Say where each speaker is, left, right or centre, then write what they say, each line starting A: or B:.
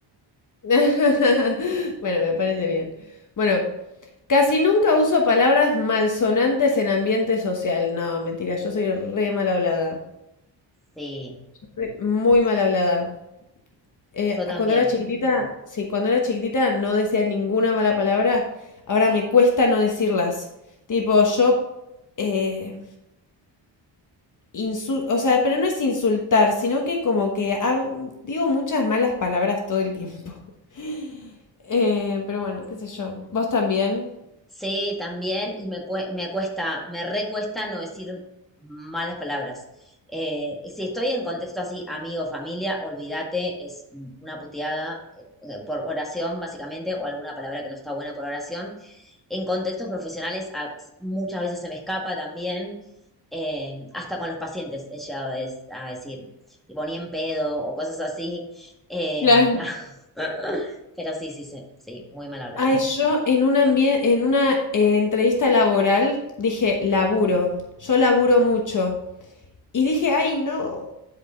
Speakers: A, on the left (about 45°); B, in the centre.
A: <laughs> Bueno, me parece bien. Bueno, casi nunca uso palabras malsonantes en ambiente social. No, mentira, yo soy re mal hablada.
B: Sí,
A: Re- Muy mal hablada. Eh,
B: yo también.
A: cuando era chiquitita, sí, cuando era chiquitita no decía ninguna mala palabra. Ahora me cuesta no decirlas. Tipo, yo, eh, insu- o sea, pero no es insultar, sino que como que hab- digo muchas malas palabras todo el tiempo. <laughs> Eh, pero bueno, qué sé yo. ¿Vos también?
B: Sí, también, y me, cue- me cuesta, me recuesta no decir malas palabras. Eh, si estoy en contexto así, amigo, familia, olvídate, es mm, una puteada eh, eh, por oración, básicamente, o alguna palabra que no está buena por oración. En contextos profesionales, a- muchas veces se me escapa también, eh, hasta con los pacientes he llegado a, des- a decir, tipo, ni en pedo, o cosas así. eh,
A: Claro.
B: <laughs> pero sí, sí, sí, sí, muy mal hablada.
A: Ay, yo en una, ambien- en una eh, entrevista laboral dije, laburo. Yo laburo mucho. Y dije, ay, no.